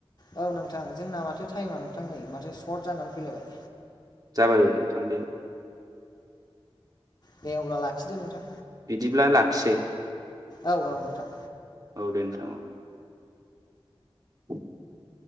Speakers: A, on the left; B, on the right.
A: औ नोंथां जोंना माथो टाइमानो नोंथां नै माथो सर्ट जानानै फैलायबाय।
B: जाबाय नोंथां दे।
A: दे अब्ला लाखिदो नोंथां।
B: बिदिब्ला लाखिसै!
A: औ औ नोंथां।
B: औ दे नोंथां औ। <inaudible>